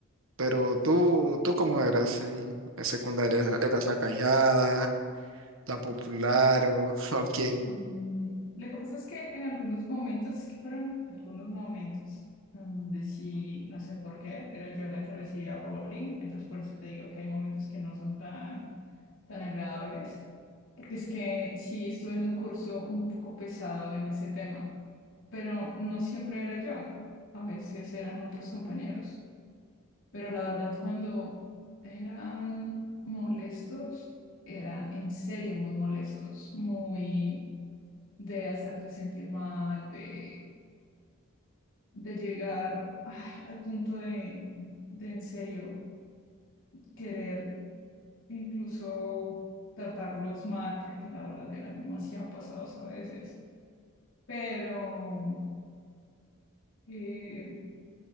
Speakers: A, on the right; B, on the left.
A: Pero tú, ¿tú cómo eras en, en secundaria? ¿Eras la callada, la popular o, <laughs> o quién?
B: Mm, Lo que pasa es que en algunos momentos, es que fueron algunos momentos en donde sí, no sé por qué, era yo la que recibía bullying, entonces por eso te digo que hay momentos que no son tan tan agradables, porque es que sí estuve en un curso un poco pesado en ese tema, pero no siempre era yo, a veces eran otros compañeros, pero la verdad cuando eran molestos, eran en serio muy molestos, muy de hacerte sentir mal, de, de llegar ah, al punto de, de en serio querer incluso tratarlos mal, porque la verdad eran demasiado pasados a veces. Pero eh,